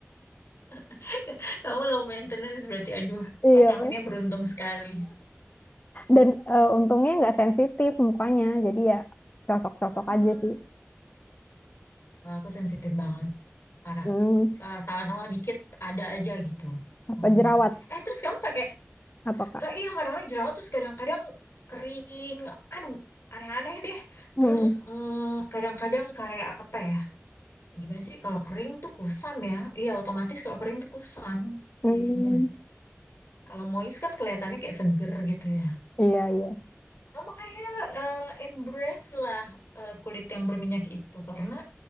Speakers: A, on the left; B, on the left.
A: <laughs> Kamu low maintenance berarti aduh,
B: <laughs> Iya.
A: pasangannya beruntung sekali.
B: dan eh, untungnya nggak sensitif mukanya jadi ya cocok-cocok
A: Hmm,
B: aja sih
A: kalau aku sensitif banget, parah.
B: Hmm,
A: Sa- Salah-salah dikit ada aja gitu.
B: apa
A: Hmm.
B: jerawat
A: Eh, terus kamu pakai
B: apa kak
A: Ke, iya kadang-kadang jerawat terus kadang-kadang kering. Aduh, aneh-aneh deh.
B: Hmm,
A: Terus mm, kadang-kadang kayak apa ya? Gimana sih kalau kering tuh kusam ya? Iya, otomatis kalau kering tuh kusam
B: hmm,
A: jadinya. Kalau moist kan kelihatannya kayak seger gitu ya.
B: iya iya
A: Sama kayak eh, embrace lah eh, kulit yang berminyak itu karena